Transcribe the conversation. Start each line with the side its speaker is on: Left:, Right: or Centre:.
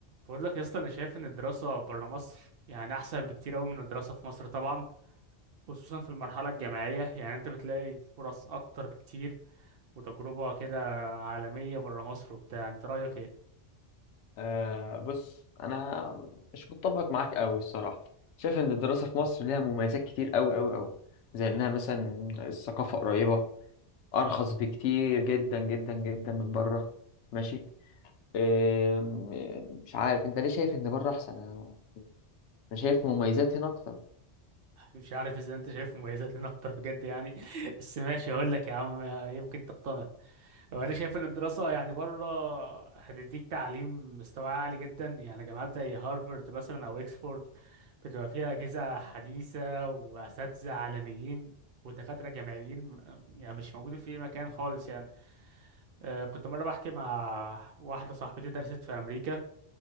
Right: بقول لك يا اسطى انا شايف ان الدراسه بره مصر يعني احسن بكتير قوي من الدراسه في مصر طبعا خصوصا في المرحله الجامعيه يعني انت بتلاقي فرص اكتر بكتير وتجربه كده عالميه بره مصر وبتاع انت رايك ايه
Left: آه بص انا مش متفق معاك قوي الصراحه شايف ان الدراسه في مصر ليها مميزات كتير قوي قوي قوي زي انها مثلا الثقافه قريبه ارخص بكتير جدا جدا جدا من بره ماشي آم، آم، مش عارف انت ليه شايف ان بره احسن انا أنا شايف مميزات هنا اكتر
Right: مش عارف اذا انت شايف مميزات لنا اكتر بجد يعني <laughs> بس ماشي هقول لك يا عم آه، يمكن تقتنع هو انا شايف ان الدراسه يعني بره هتديك تعليم مستوى عالي جدا يعني جامعات زي هارفارد مثلا او اكسفورد بتبقى فيها اجهزه حديثه واساتذه عالميين ودكاتره جامعيين يعني مش موجودين في اي مكان خالص يعني آه، كنت مره بحكي مع واحده صاحبتي درست في امريكا